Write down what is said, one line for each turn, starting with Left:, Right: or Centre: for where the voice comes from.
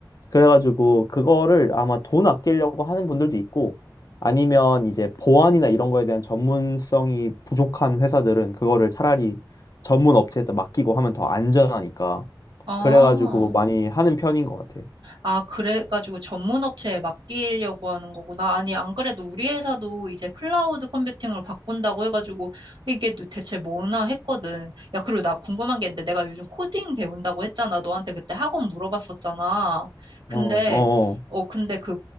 Left: 그래가지고 그거를 아마 돈 아끼려고 하는 분들도 있고 아니면 이제 보안이나 이런 거에 대한 전문성이 부족한 회사들은 그거를 차라리 전문 업체에다 맡기고 하면 더 안전하니까.
Right: 아.
Left: 그래가지고 많이 하는 편인 것 같아.
Right: 아, 그래가지고 전문 업체에 맡기려고 하는 거구나. 아니, 안 그래도 우리 회사도 이제 클라우드 컴퓨팅을 바꾼다고 해가지고 이게 또 대체 뭐나 했거든. 야, 그리고 나 궁금한 게 있는데 내가 요즘 코딩 배운다고 했잖아. 너한테 그때 학원 물어봤었잖아. 근데,
Left: 어, 어.
Right: 어, 근데 그,